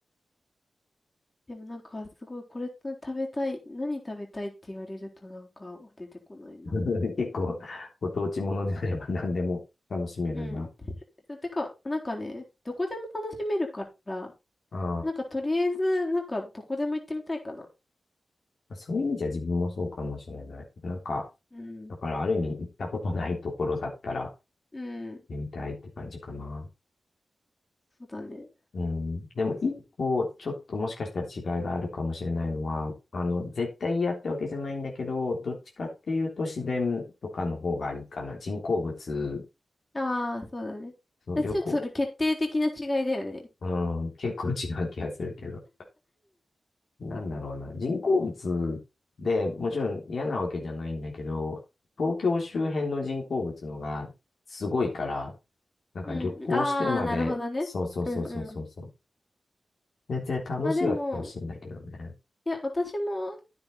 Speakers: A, on the left; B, on the left.
A: でもなんかすごいこれ食べたい、何食べたいって言われるとなんか出てこないな。
B: い。<laughs> 結構ご当地ものであれば何でも楽しめるんだ。
A: うん。そうてか、なんかね、どこでも楽しめるから、
B: あ
A: なんかとりあえず、なんかどこでも行ってみたいかな。
B: あ、そういう意味じゃ自分もそうかもしれない。なんか、
A: うん。
B: だからある意味行ったことないところだったら
A: うん。
B: ね、行ってみたいって感じかな。
A: そうだね。
B: うん。でも、一個、ちょっともしかしたら違いがあるかもしれないのは、あの、絶対嫌ってわけじゃないんだけど、どっちかっていうと自然とかの方がいいかな。人工物、
A: ああ、そうだね。
B: そう、
A: でちょっとそれ決定的な違いだよね。
B: 旅行、うん、結構違う気がするけど。なんだろうな。人工物でもちろん嫌なわけじゃないんだけど、東京周辺の人工物のがすごいから、なんか旅行してまで、
A: うん。ああ、なるほどね。
B: そうそうそうそうそうそう。
A: うんうん。
B: 全然楽しいは楽しいんだけどね。
A: まあでも、いや、私も、